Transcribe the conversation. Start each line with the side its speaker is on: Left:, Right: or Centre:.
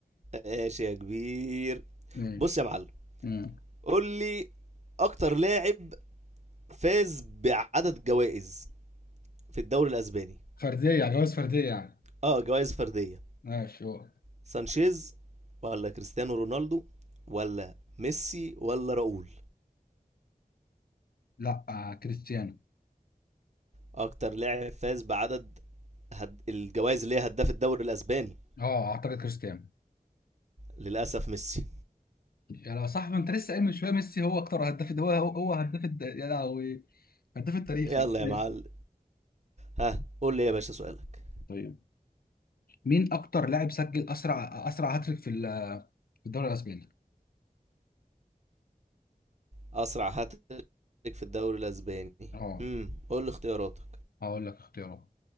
Right: ماشي يا كبير
Left: <laughs> ماشي
Right: بص يا معلم
Left: مم.
Right: قول لي اكتر لاعب فاز بعدد جوائز في الدوري الاسباني
Left: فرديه يعني، جواز فرديه يعني
Right: اه جوائز فرديه
Left: ماشي هو
Right: سانشيز ولا كريستيانو رونالدو ولا ميسي ولا راؤول
Left: لا آه كريستيانو
Right: اكتر لاعب فاز بعدد هد... الجوائز اللي هي هداف الدوري الاسباني
Left: اه اعتقد كريستيانو
Right: للاسف ميسي
Left: يا لو صح ما انت لسه قايل من شويه ميسي هو اكتر هداف ده هو هو هداف الد- يا لهوي هداف التاريخي
Right: يلا
Left: ماشي.
Right: يا معلم ها قول لي يا باشا سؤالك
Left: طيب مين اكتر لاعب سجل اسرع اسرع هاتريك في ال- في الدوري الاسباني
Right: اسرع هاتريك في الدوري الاسباني
Left: اه
Right: امم قول لي اختياراتك
Left: هقول لك اختيارات